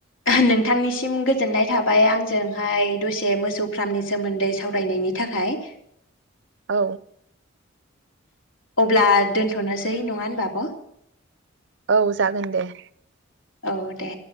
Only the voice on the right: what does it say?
औ
औ जागोन दे